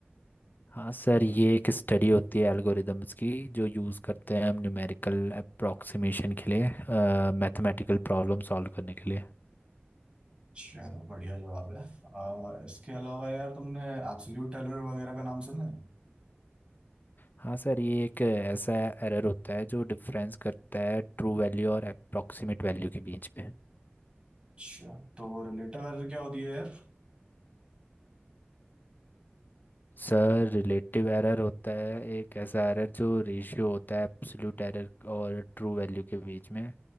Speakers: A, on the left; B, on the right.
A: हाँ सर ये एक स्टडी होती है एल्गोरिदम्स की जो यूज़ करते हैं हम न्यूमेरिकल अप्रोक्सीमेशन के लिए मैथमेटिकल प्रॉब्लम सॉल्व करने के लिए
B: चलो बढ़िया जवाब है आ, इसके अलावा यार तुमने एब्सोल्यूट टेलर वगैरह का नाम सुना है
A: हाँ सर ये एक ऐसा एरर होता है जो डिफरेंस करता है ट्रू वैल्यू और अप्रोक्सीमेट वैल्यू के बीच में
B: अच्छा तो रिलेटिव एरर क्या होती है यार
A: सर रिलेटिव एरर होता है एक ऐसा एरर जो रेशियो होता है एब्सोल्यूट एरर और ट्रू वैल्यू के बीच में